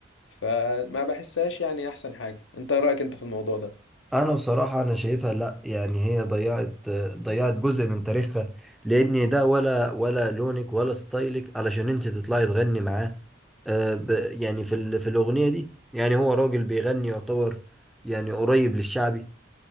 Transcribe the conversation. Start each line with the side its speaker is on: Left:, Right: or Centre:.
Left: فما بحسهاش يعني احسن حاجه انت إيه رايك انت في الموضوع ده
Centre: انا بصراحة انا شايفها لا يعني هي ضيعت ضيعت جزء من تاريخها لان ده ولا ولا لونك ولا ستايلك علشان انت تطلعي تغني معاه آه، ب- يعني في ال- في الاغنية دي يعني هو راجل بيغني يعتبر يعني قريب للشعبي